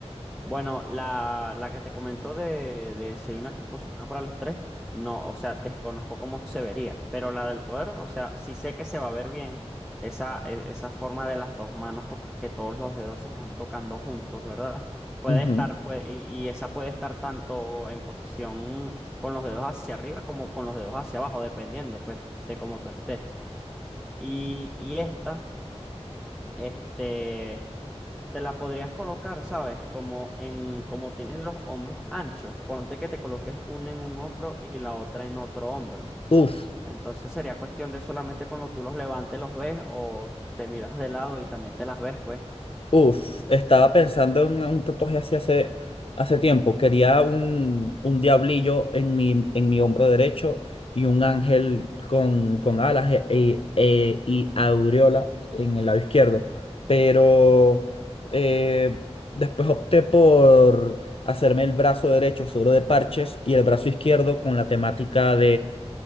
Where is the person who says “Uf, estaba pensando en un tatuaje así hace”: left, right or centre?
Left